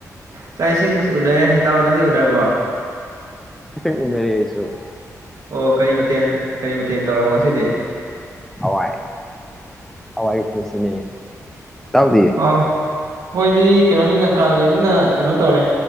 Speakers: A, on the right; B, in the centre.
A: ꯆꯥꯛ ꯏꯁꯤꯡꯁꯨ ꯎꯅꯔꯦ ꯍꯤꯇꯥꯛ ꯅꯪꯗꯤ ꯎꯅꯔꯕꯣ
B: ꯃꯅꯔ ꯑꯁꯨ
A: ꯑꯣ ꯀꯔꯤ ꯃꯊꯦꯜ ꯀꯔꯤ ꯃꯊꯦꯜ ꯇꯧꯔꯕ ꯉ ꯁꯤꯗ
B: ꯍꯋꯥꯏ ꯍꯋꯥꯏ ꯄꯨꯟꯁꯤꯅꯦ ꯏꯇꯥꯎꯗꯤ
A: ꯑꯥꯎ ꯑꯩꯣꯏꯗꯤ ꯀꯩꯅꯣꯅꯤꯅ ꯀꯥꯂꯦꯟꯅꯤꯅ ꯀꯩꯅꯣ ꯇꯧꯔꯦ